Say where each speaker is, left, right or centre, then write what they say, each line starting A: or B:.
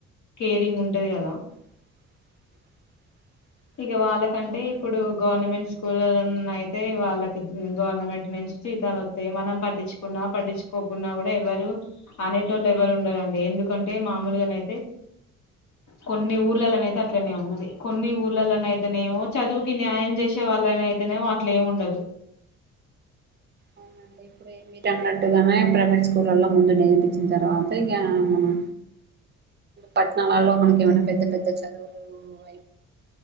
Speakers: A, on the left; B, on the right.
A: కేరింగ్ ఉంటది కదా
B: <inaudible>
A: ఇగ వాళ్ళకంటే ఇప్పుడూ గవర్నమెంట్స్ స్కూల్ లో అయితే వాళ్ళకి గవర్నమెంట్ నుంచి జీతాలు వస్తాయి మనం పట్టించుకున్నా పట్టించుకోకపోయిన గున్నా కూడా ఎవ్వరూ అనేటోళ్ళు ఎవ్వరుండరండి ఎందుకంటే మాములుగనైతే కొన్ని ఊర్లలోనైతే అట్లనే ఉన్నది. కొన్ని ఊర్లలోనైతేనేమో చదువుకి న్యాయం జేసి వాళ్ళఅయితేనేమో అట్లేముండదు.
B: అవునండి మీరు అన్నట్టుగనే ప్రైవేట్ స్కూళ్లలో ముందు నేర్పించిన తర్వాత ఇగా మనం పట్నం లో మనకి ఏమన్నా పెద్ద పెద్ద చదువులు